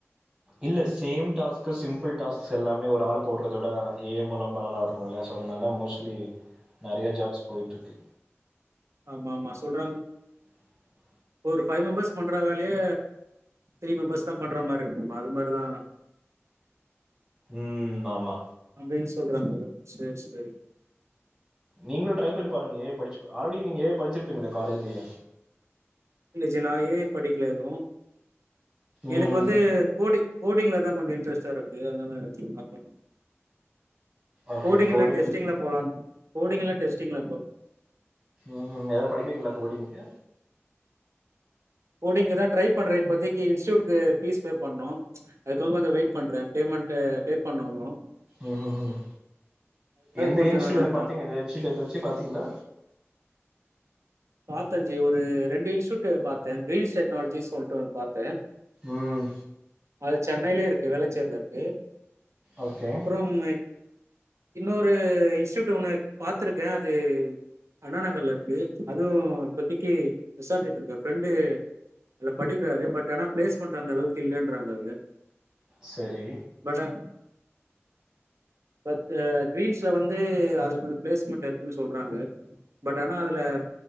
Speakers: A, on the right (about 20°); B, on the right (about 80°).
A: இல்ல சேம் டாஸ்கு சிம்பிள் டாஸ்க்ஸ் எல்லாமே ஒரு ஆள் போடுறத விட ஏ ஐ மூலம் <unintelligible> போல சோ அதனால மோஸ்ட்லி நெறைய ஜாப்ஸ் போயிட்டுருக்கு
B: ஆமாமா சொல்றாங்
A: <inaudible>
B: ஒரு ஃபைவ் மெம்பர்ஸ் பண்ற வேலயே த்ரீ மெம்பர்ஸ் தா பண்ற மாரி இருக்குமா அது மாரிதா
A: ம் ஆமா
B: அப்டின் சொல்றாங்க சேர் செரி
A: நீங்களு ட்ரை பண்ணி பாருங்க ஏ ஐ படிச்சு ஆல்ரடி நீங்க ஏ ஐ படிசிருப்பீங்ளா காலஜ்லயே
B: இல்ல ஜீ நா எ ஐ படிக்கல எது
A: ம்
B: எனக்கு வந்து கோடிங் கோடிங்ல தா கொஞ்ச இன்ட்ரெஸ்டா இருக்கு அதனால பாக்லா
A: ஓகே
B: கோடிங்
A: கோடிங்ல
B: இல்ல டெஸ்டிங்ல போலான் போடிங் இல்ல டெஸ்டிங்ல போல
A: ம் ஏதா படிக்கிறீங்களா கோடிங்கு
B: கோடிங்குதா ட்ரை பண்ற இப்போதிக்கு இன்ஸ்டியூட்க்கு பீஸ் பே பண்ணு அதுக்கவங் கொஞ்ச வெயிட் பண்றே பேமெண்ட் பே பண்ணணு
A: ம் ம் ம் எந்த
B: கொஞ்சம்
A: இன்ஸ்டூட்
B: நான்
A: எத பாத்தீங்கள ஏதாச்சு இன்ஸ்டூட் ஏதாச்சு பாத்தீங்களா
B: பாத்தே ஜி ஒரு ரெண்டு இன்ஸ்டூட்டு பாத்தே கிரீன்ஸ் டெக்னாலஜி சொல்ட்டு ஒன்னு பாத்தே
A: ம்
B: அது சென்னையிலயே இருக்கு வேலச்சேரிலருக்கு
A: ஓகே
B: அப்பறம் இன்னொரு இன்ஸ்டியூட் ஒண்ணு பாத்துருக்கே அது அண்ணா நகர்ல இருக்கு அதுவு இப்பத்திக்கு விசாரிச்சுட்டு இருக்க ஃப்ரெண்டு அதுல படிக்கிறாரு பட் ஆனா பிளேஸ்மெண்ட் அந்தளவுக்கு இல்லன்றாங்க அங்க
A: செரி
B: பட் ஆ பட் கிரீன்ஸ்ல வந்து அதுல கொஞ்ச பிளேஸ்மெண்ட் இருக்குன் சொல்றாங்க பட் ஆனா அதுல